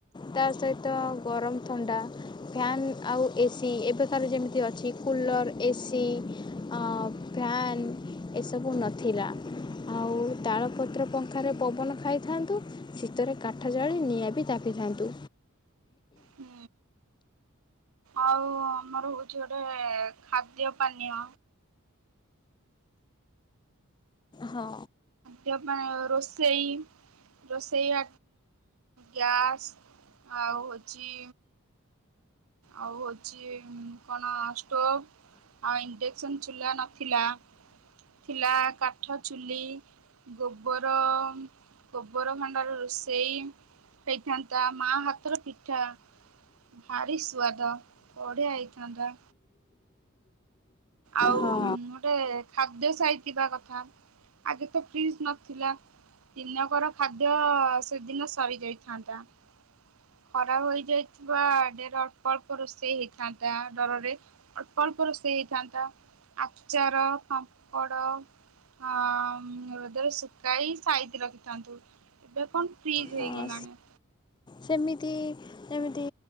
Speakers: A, on the left; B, on the right.
A: ତା ସହିତ ଗରମ ଥଣ୍ଡା। ଫ୍ୟାନ୍ ଆଉ ଏସିି ଏବେକାର ଯେମିତି ଅଛି କୁଲର୍ ଏସି ଆଁ ଫ୍ୟାନ୍ ଏସବୁ ନଥିଲା । ଆଉ ତାଳପତ୍ର ପଙ୍ଖାରେ ପବନ ଖାଇଥାନ୍ତୁ । ଶୀତରେ କାଠ ଜାଳି ନିଆଁ ବି ଜାଳି ପିଥାନ୍ତୁ।
B: ହୁଁ ଆଉ ଆମର ହଉଛି ଗୋଟେ ଖାଦ୍ୟ ପାନୀୟ
A: ହଁ।
B: ଖାଦ୍ୟ ପାଇଁ ରୋଷେଇ ରୋଷେଇ ଗ୍ୟାସ୍ ଆଉ ହଉଛି ଆଉ ହଉଛି କଣ ଷ୍ଟୋଭ ଆଉ ଇଣ୍ଡେକ୍ସନ ଚୁଲା ନଥିଲା । ଥିଲା କାଠ ଚୁଲି ଗୋବର ଗୋବର ଖଣ୍ଡ ର ରୋଷେଇ ହେଇଥାନ୍ତା ମା ହାତର ପିଠା ଭାରି ସୁଆଦ ବଢିଆ ହେଇଥାନ୍ତା। ଆଉ
A: ହଁ
B: ଗୋଟେ ଖାଦ୍ୟ ସାଇଥିବା କଥା ଆଗେ ତ ଫ୍ରିଜ ନଥିଲା। ଦିନକର ଖାଦ୍ୟ ସେଦିନ ସରି ଯାଇଥାନ୍ତା। ଖରା ହେଇଯାଇଥିବା ଦେଡର ଅଳ୍ପ ଅଳ୍ପ ରୋଷେଇ ହେଇଥାନ୍ତା ଡରରେ ଅଳ୍ପ ଅଳ୍ପ ରୋଷେଇ ହେଇଥାନ୍ତା ଆଚାର ପାମ୍ପଡ଼ ହଁ ରଦରେ ଶୁଖାଇ ସାଇତି ରଖିଥାନ୍ତୁ। ଏବେ କଣ ଫ୍ରିଜ୍
A: ହଁ
B: ହେଇଗଲାଣି
A: ସେମିତି ଏମିତି